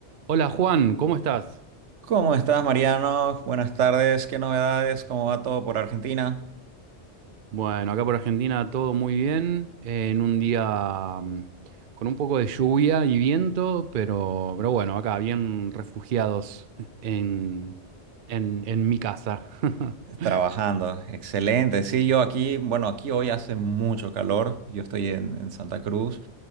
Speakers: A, on the right; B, on the right.
A: Hola Juan, ¿cómo estás?
B: ¿Cómo estás, Mariano? Buenas tardes. ¿Qué novedades? ¿Cómo va todo por Argentina?
A: Bueno, acá por Argentina todo muy bien, eh, en un día mm, con un poco de lluvia y viento, pero, pero bueno, acá bien refugiados en, en, en mi casa. <laughs>
B: Trabajando. Excelente. Sí, yo aquí, bueno, aquí hoy hace mucho calor. Yo estoy en, en Santa Cruz